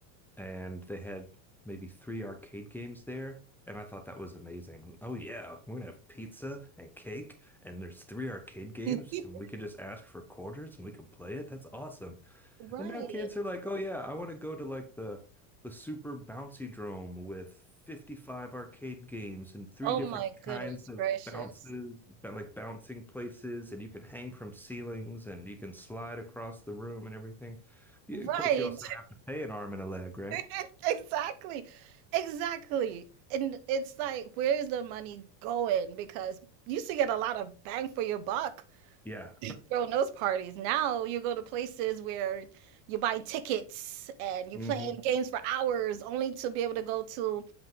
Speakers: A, in the centre; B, on the right.
A: and they had maybe three arcade games there and I thought that was amazing. Oh yeah, we're gonna have pizza and cake and there's three arcade games
B: <laughs>
A: and we can just ask for quarters and we can play it. That's awesome.
B: Right.
A: And now kids are like, oh yeah, I want to go to like the the super bouncy drome with 55 arcade games and three
B: Oh
A: different
B: my
A: kinds
B: goodness
A: of
B: gracious.
A: bounces, ba- like bouncing places, and you can hang from ceilings and you can slide across the room and everything. Yeah,
B: Right.
A: of course, you also have to pay an arm and a leg, right?
B: <laughs> Exactly. Exactly. And it's like, where's the money going? Because you used to get a lot of bang for your buck
A: Yeah.
B: throwing those parties. Now you go to places where you buy tickets and you're
A: hmm
B: playing games for hours only to be able to go to